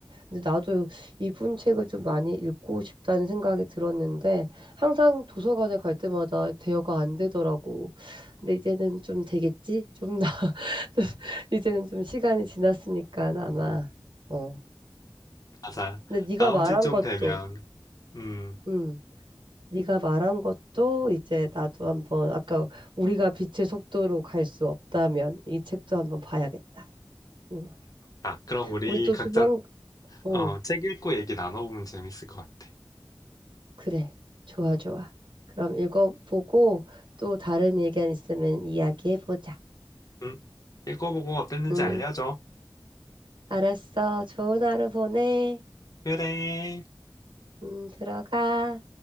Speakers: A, on the right (about 80°); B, on the left (about 45°).
A: 근데 나도 이분 책을 좀 많이 읽고 싶다는 생각이 들었는데, 항상 도서관에 갈 때마다 대여가 안 되더라고. 근데 이제는 좀 되겠지? 좀, 나, <laughs> 이제는 좀 시간이 지났으니까 아마, 어.
B: 맞아.
A: 근데 네가
B: 나온
A: 말한
B: 지 좀
A: 것도,
B: 되면. 음.
A: 음. 네가 말한 것도 이제 나도 한번 아까 우리가 빛의 속도로 갈 수 없다면 이 책도 한번 봐야겠다. 응.
B: 아, 그럼 우리
A: 우리 또
B: 각자,
A: 조만 어
B: 어, 책 읽고 얘기 나눠보면 재밌을 것 같아.
A: 그래 좋아 좋아. 그럼 읽어보고 또 다른 의견 있으면 이야기해보자.
B: 응? 읽어보고 어땠는지
A: 응
B: 알려줘.
A: 알았어. 좋은 하루 보내.
B: 그래.
A: 응 들어가.